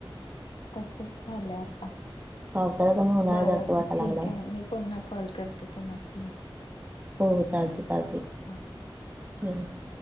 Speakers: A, on the left; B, on the right.
A: तसच झालंय आता.
B: पावसाळा कमी उन्हाळा
A: बरं
B: जास्त वाटा
A: ठीक
B: लागलाय
A: आहे मी पुन्हा कॉल करते तुम्हासनि.
B: हो चालते चालते.
A: हा.
B: <unintelligible>